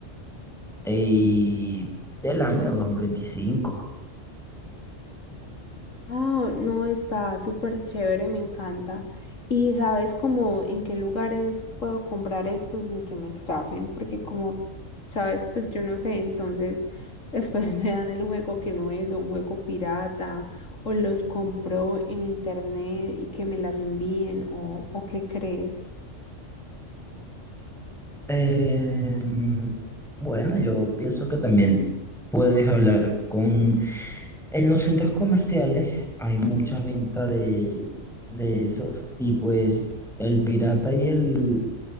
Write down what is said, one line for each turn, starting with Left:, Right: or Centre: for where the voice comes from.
Centre: Y del año 2025.
Left: Ah, no, está súper chévere, me encanta. Y sabes como en qué lugares puedo comprar esto sin que me estafen, porque como sabes, pues yo no sé, entonces después <laughs> me dan el juego que no es, o un juego pirata, o los compro en internet y que me las envíen, o, o qué crees.
Centre: Em, bueno, yo pienso que también puedes hablar con... En los centros comerciales hay mucha venta de, de esos y pues el pirata y el,